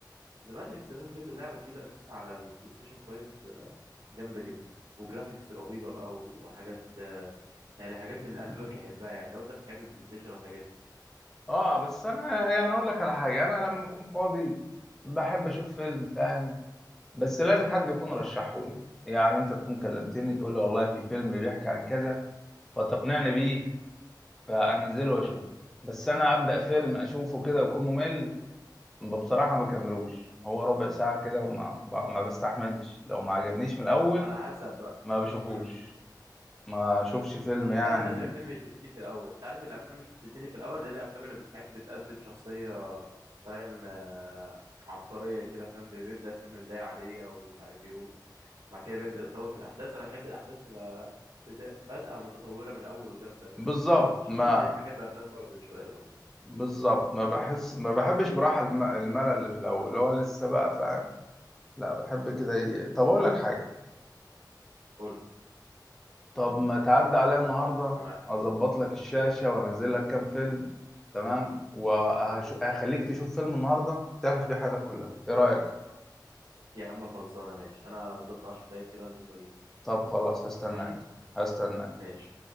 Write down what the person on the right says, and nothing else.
ذا ماتريكس ده نزل له لعبه جديده اساسا على البلاي ستيشن 5 آه، جامده جدا وجرافيكس رهيبه بقى وحاجات آه، يعني حاجات من اللي قلبك يحبها يعني لو انت بتحب البلاي ستيشن والحاجات دي
اه
على حسب بقى
مم.
وانا
فعلا لازم الفيلم يشدني في الاول انت عارف الافلام مش بتشدني في الاول ليه الافلام اللي بتحب بتقدم شخصيه فاهم آه، عبقريه كده فاهم بي- بيبدا الفيلم بدايه عاديه ومش عارف ايه وبعد كده بيبدا يتطور في الاحداث انا بحب الاحداث تبقى بدا- بادئه متطوره من الاول وجامده من الاول
عشان
كده بتلاقيني بحب افلام مارفل شويه برضه
قول لي
انا معاك
يا عم خلصانه ماشي انا بالظبط 10 دقايق كده البس واجيلك
ماشي
ماشي